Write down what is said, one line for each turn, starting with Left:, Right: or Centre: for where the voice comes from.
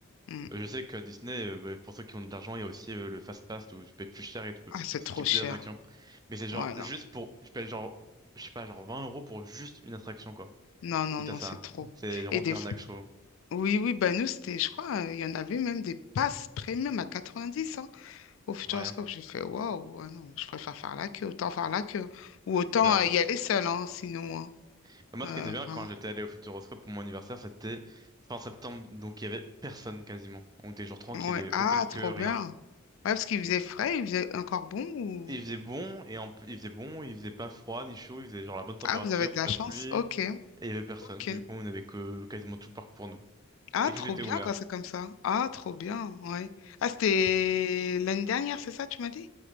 Left: Mm.
Right: Euh, Je sais qu'à Disney, euh, bah, pour ceux qui ont de l'argent, il y a aussi euh, le Fast Pass où tu payes plus cher et tu peux
Left: Ah, c'est
Right: skip
Left: trop cher.
Right: des attractions. Mais c'est genre
Left: Voilà.
Right: juste pour, tu payes genre, je sais pas, genre 20 euros pour juste une attraction, quoi.
Left: Non, non,
Right: Ou t'as
Left: non,
Right: ça.
Left: c'est trop.
Right: C'est vraiment
Left: Et des...
Right: de l'arnaque, je trouve.
Left: Oui, oui, bah, nous, c'était, je crois, euh, il y en avait même des passes premium à 90, Au Futuroscope,
Right: Ouais,
Left: j'ai fait waouh, ah non, je préfère faire la queue, autant faire la queue. Ou autant
Right: c'est ça.
Left: euh, y aller seul, hein, sinon. hein.
Right: <laughs> Moi,
Left: Euh,
Right: ce qui était bien
Left: vraiment.
Right: quand j'étais allé au Futuroscope pour mon anniversaire, c'était fin septembre, donc il y avait personne quasiment. On était genre tranquille,
Left: Ouais.
Right: il y avait
Left: Ah,
Right: aucune queue,
Left: trop
Right: rien.
Left: bien. Ouais, parce qu'il faisait frais, il faisait encore bon ou...
Right: Il faisait bon, et en plus, il faisait bon, il faisait pas froid ni chaud, il faisait genre la bonne température,
Left: Ah, vous avez de la
Right: pas
Left: chance.
Right: de pluie,
Left: Ok,
Right: et il y avait personne.
Left: ok.
Right: Du coup, on avait que quasiment tout le parc pour nous.
Left: Ah,
Right: Et tout
Left: trop
Right: était
Left: bien
Right: ouvert.
Left: quand c'est comme ça. Ah, trop bien, ouais. Ah, c'était
Right: C'était
Left: l'année dernière, c'est ça, tu m'as dit?